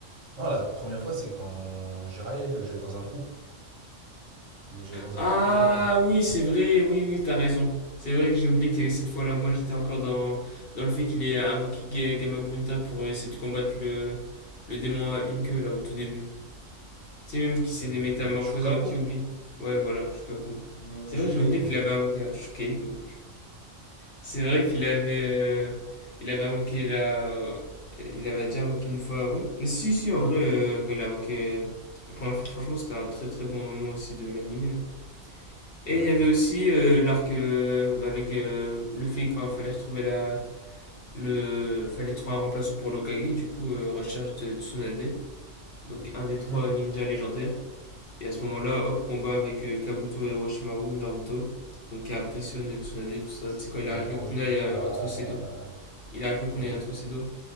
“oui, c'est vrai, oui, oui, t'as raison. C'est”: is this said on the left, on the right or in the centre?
Left